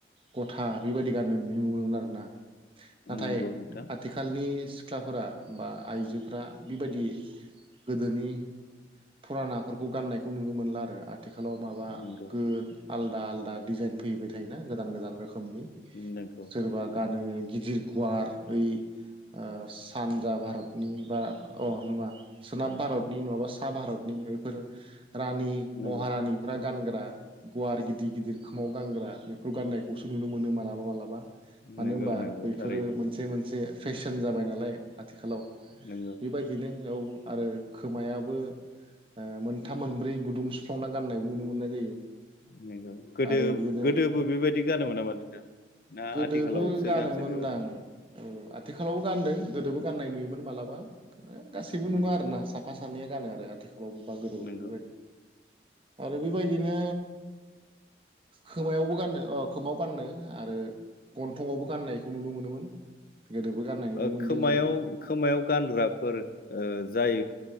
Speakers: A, on the right (about 30°); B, on the left (about 50°).
A: गथा बेबायदि गाननो नुनो मोनो आरो। नाथाय
B: नंगौ नोंथां
A: आथिखालनि सिख्लाफोरा बा आइजोफोरा बेबायदि गोदोनि फुरानाफोरखौ गाननायखौ नुनो मोनला आरो। आथिखालाव माबा
B: नंगौ
A: गोन आलदा आलदा डिजाइन फैबाय थायो ना गोदान गोदान रोखोम रोखोमनि
B: नंगौ
A: सोरबा गानो गिदिर गुवार ओइ ओ सानजा भारतनि बा अ नङा सोनाब भारत बि नङाबा सा भारतनि बेफोर रानि
B: नंगौ
A: महारानि गानग्रा गुवार गिदिर गिदिर खोमाव गानग्रा बेफोर गाननाय खौसो नुनो मोनो मालाबा मालाबा मानो
B: नंगौ
A: होनबा
B: नंगौ
A: बेफोरो
B: थारैनो
A: मोनसे मोनसे फेसन जाबाय नालाय। आथिखालाव
B: नंगौ
A: बेबायदिनो औ। आरो खोमायाबो मोनथाम मोनब्रै गुदुं सुफ्लांना गाननाय नुनो मोननाय जायो
B: नंगौ गोदो
A: आरो बेदिनो
B: गोदोबो बेबायदि गानोमोन नामा नोंथां ना
A: गोदोबो
B: आथिखालावसो
A: गानोमोनदां
B: गानसै बेबो
A: औ आथिखालावबो गानदों। गोदोबो गाननाय नुयोमोन मालाबा। गासिबो
B: उम
A: नङा साफा सानैया गानो आरो आथि खालाव बा गोरोबै
B: नंगौ
A: बेबायदि आरो बेबायदिनो खोमायावबो गाननो अ खोमायाव गाननो आरो गन्थंआवबो गाननायखौ नुनो मोनोमोन। गोदोबो गाननाय नुनो
B: औ
A: मोनदों
B: खोमायाव
A: जों
B: खोमायाव गानग्राफोर ओ जाय